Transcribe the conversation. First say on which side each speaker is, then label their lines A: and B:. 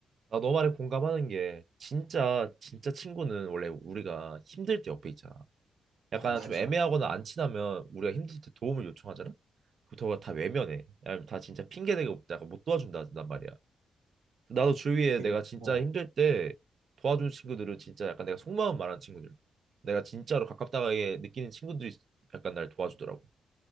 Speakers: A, on the right; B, on the right.
A: 나 너 말에 공감하는 게 진짜 진짜 친구는 원래 우리가 힘들 때 옆에 있잖아. 약간
B: 어, 맞아.
A: 좀 애매하거나 안 친하면 우리가 힘들 때 도움을 요청하잖아? 그렇다고 다 외면해. 아니면 다 진짜 핑계대고 없다. 약간 못 도와준다단 말이야. 나도 주위에
B: 예,
A: 내가 진짜
B: 어.
A: 힘들 때 도와준 친구들은 진짜 약간 내가 속마음 말하는 친구들. 내가 진짜로 가깝다게 느끼는 친구들이 약간 날 도와주더라고.